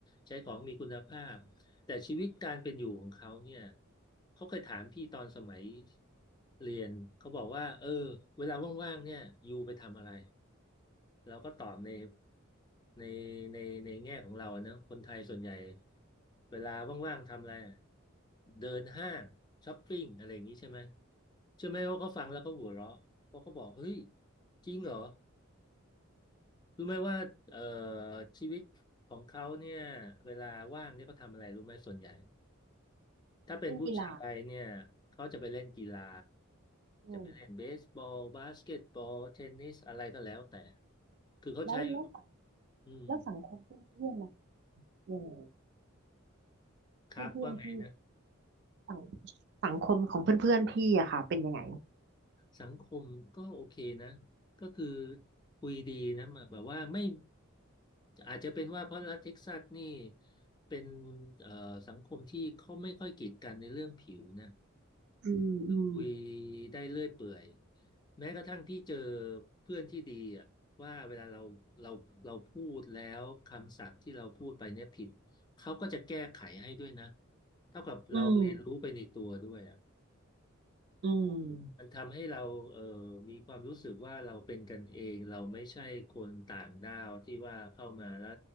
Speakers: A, on the left (about 20°); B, on the right (about 55°).
A: ใช้ของมีคุณภาพแต่ชีวิตการเป็นอยู่ของเขาเนี่ยเขาเคยถามพี่ตอนสมัยเรียนเขาบอกว่าเออเวลาว่างๆเนี่ยอยู่ไปทำอะไร เราก็ตอบในในในในแง่ของเราอะเนอะคนไทยส่วนใหญ่เวลาว่างๆทำอะไรอะเดินห้างช้อปปิ้งอะไรอย่างนี้ใช่ไหมใช่อไหมว่าเขาฟังแล้วเขาหัวเราะเพราะเขาบอกเฮ้ยจริงเหรอรู้ไหมว่าเอ่อชีวิตของเขาเนี่ยเวลาว่างเนี่ยเขาทำอะไรรู้ไหมส่วนใหญ่ถ้าเป็นผู้ชายเนี่ยเขาจะไปเล่นกีฬา
B: เรื่องกีฬาอืม
A: จะไปเล่นเบสบอลบาสเกตบอลเทนนิสอะไรก็แล้วแต่คือเขาใช้
B: แล้วแล้วสัง
A: อืม
B: แล้วสังคมเพื่อนเพื่อนล่ะยังไงเพื่อนเพื่อนพี่
A: ครับว่าไงนะ
B: สังสังคมของเพื่อนๆพอนพี่อะค่ะเป็นยังไง
A: สังคมก็โอเคนะก็คือคุยดีนะแบบว่าไม่อาจจะเป็นว่าเพราะรัฐเท็กซัสนี่เป็นเอ่อสังคมที่เขาไม่ค่อยกีดกันในเรื่องผิวนะ
B: อืมอืม
A: คุยได้เรื่อยเปื่อยแม้กระทั่งพี่เจอเพื่อนที่ดีอ่ะว่าเวลาเราเราเราพูดแล้วคำศัพท์ที่เราพูดไปเนี่ยผิดเขาก็จะแก้ไขให้ด้วยนะเท่ากับเราเรียนรู้ไปในตัวด้วย
B: อืมอืม
A: มันทำให้เราเอ่อมีความรู้สึกว่าเราเป็นกันเองเราไม่ใช่คนต่างด้าวที่ว่าเข้ามาแล้ว